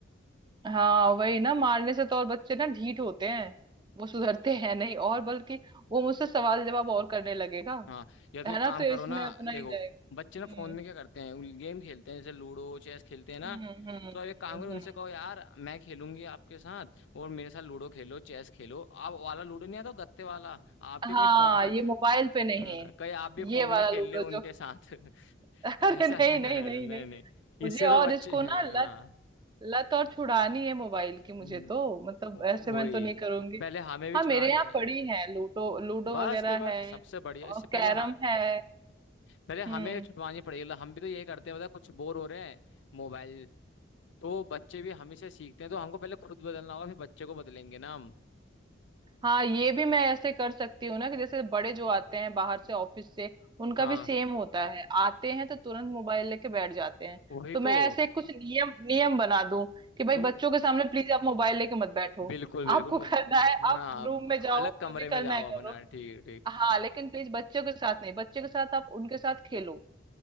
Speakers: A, on the right (about 25°); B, on the left (about 70°).
A: हाँ वही ना मारने से तो और बच्चे ना ढीठ होते हैं वो सुधरते <laughs> हैं नहीं और बल्कि वो मुझसे सवाल जवाब और करने लगेगा
B: हाँ या तो
A: है
B: एक
A: ना
B: काम
A: तो
B: करो
A: इसमें
B: ना
A: अपना
B: देखो
A: ही जाएगा
B: बच्चे ना फोन
A: हम्म
B: में क्या करते हैं गेम खेलते हैं जैसे लूडो चेस खेलते हैं ना
A: हम्म हम्म हम्म
B: तो अब एक काम करो उनसे
A: हम्म। हम्म।
B: कहो यार मैं खेलूंगी आपके साथ और मेरे साथ लूडो खेलो चेस खेलो आप वाला लूडो नहीं आता वो गत्ते वाला आप भी
A: हाँ
B: कहीं फोन <laughs>
A: ये मोबाइल पे नहीं
B: हाँ,
A: है
B: कहीं आप भी फोन
A: ये वाला
B: में खेल
A: लूडो
B: ले उनके
A: जो
B: साथ <laughs>
A: <laughs>
B: ऐसा
A: अरे नहीं
B: <laughs> नहीं
A: नहीं नहीं नहीं
B: नहीं
A: मुझे
B: इससे
A: और
B: तो बच्चे
A: इसको
B: हैं।
A: ना लत
B: हाँ
A: लत और छुड़ानी है मोबाइल की मुझे
B: हम्म,
A: तो मतलब
B: वो-
A: ऐसे मैं
B: वही
A: तो नहीं करूंगी
B: पहले हमें भी
A: हाँ
B: छुड़ानी
A: मेरे यहाँ
B: है
A: पड़ी है लूडो लूडो
B: बस
A: वगैरह
B: फिर बस
A: है
B: सबसे बढ़िया
A: और
B: इससे पहले
A: कैरम
B: हाँ
A: है हम्म
B: पहले हमें छुटवानी पड़ेगी मतलब हम भी तो यही करते हैं मतलब कुछ बोर हो रहे हैं मोबाइल तो बच्चे भी हमें से सीखते हैं तो हमको पहले खुद बदलना होगा फिर बच्चे को बदलेंगे ना हम
A: हाँ ये भी मैं ऐसे कर सकती हूँ ना कि जैसे बड़े जो आते हैं बाहर से ऑफिस से उनका
B: हाँ
A: भी सेम होता है आते हैं तो तुरंत मोबाइल लेके बैठ जाते हैं
B: वही
A: तो मैं
B: तो
A: ऐसे कुछ नियम नियम बना दूं कि भाई
B: उन
A: बच्चों के सामने प्लीज आप मोबाइल लेके मत बैठो
B: बिल्कुल बिल्कुल
A: आपको करना
B: उन-
A: है
B: हाँ
A: आप रूम में जाओ
B: अलग कमरे
A: जो भी करना
B: में जाओ
A: है करो
B: अपना ठीक ठीक
A: हाँ लेकिन प्लीज बच्चों के साथ नहीं बच्चों के साथ आप उनके साथ खेलो